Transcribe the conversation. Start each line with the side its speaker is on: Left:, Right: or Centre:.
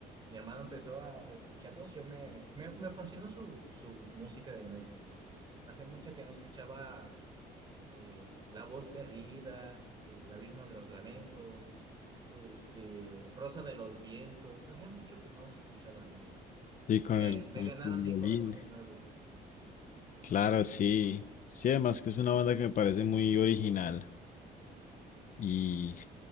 Right: mi hermano empezó a reescucharlos, yo me, me, me fascinó su, su música de nuevo. Hace mucho que no escuchaba eh, La Voz Perdida, El Abismo de los Lamentos, este, Rosa de los Vientos. Hace mucho que no los escuchaba. Me,
Left: Sí, con
Right: me,
Left: el,
Right: me
Left: con
Right: ganaron
Left: su violín.
Right: mi corazón de nuevo.
Left: Claro, sí. Sí, además que es una banda que me parece muy original y,